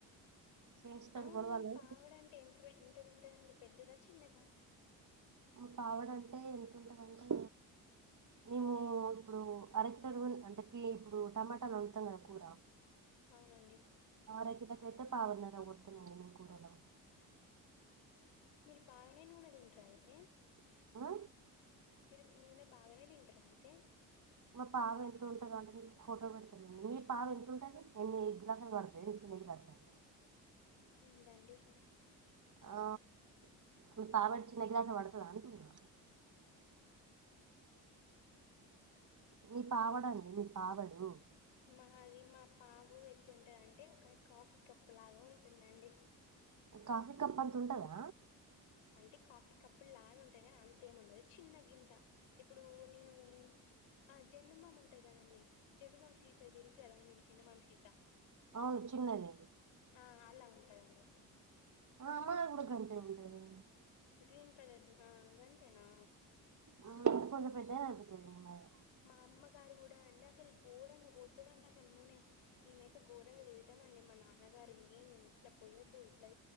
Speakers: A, on the right; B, on the left.
A: చెంచుతోటి
B: అవును
A: కొలవాలి
B: మీ పావడంటే ఎంత ఎంతది ఉంటదండి పెద్దద చిన్నద
A: పావడంటే ఎంత ఉంటందంటే మేము ఇప్పుడు అరకు తడువు అంటే ఇప్పుడు టమాటాలు వండుతాం కదా కూర
B: అవునండి
A: ఆర కిలో కైతే పావున్నర పోత్తానండి కూర లొ
B: మీరు బాగానే నూనె తింట్రా అయితే
A: ఆ
B: మీరు నూనె బాగానే తింటరా అయితే
A: మా పావ వెళ్తు ఉంటుందండి మీకు ఫోటో పెడత మీ పావ ఎంతతుంటుది ఎన్ని గ్లాసులు పడతయి చిన్ని గిన్నెడతన్న
B: ఏంటండి
A: ఆ మీ పావాడ్చినగ్లాస ల పడతదా అంటున్నా మీ పావడండి మీ పావడు
B: మాది మా పావు ఎట్లుంటందింటే ఒక కాఫీ కప్పు లాగా ఉంటుందండి
A: కాఫీ కప్అంత ఉంటదా
B: అంటే కాఫీ కప్పులు లాగా ఉంటాయి కానీ అంతేం ఉండదు చిన్నగింత ఇప్పుడు నేను ఆ జండుబామ్ ఉంటంది కదండి జండు బామ్ సీసా తెలుసు కదండి మీకు జెండు బామ్ సీసా
A: అవును చిన్నది
B: ఆ అలా ఉంటదండి
A: ఆ ఆ మా గాంతే ఉంటది
B: గ్రీన్ కలర్ది ఆ గంతేనా
A: ఆ కొంచెం పెద్దేది అవుతదేమో మరి
B: మా అమ్మ గారు కూడా అండి అసలు ఘోరంగా పోత్తదండి అసలు నూనె మేమైతే ఘోరంగ తిడతామండి మా నాన్న గారు నేను ఇట్లా పోయొద్దు ఇట్లా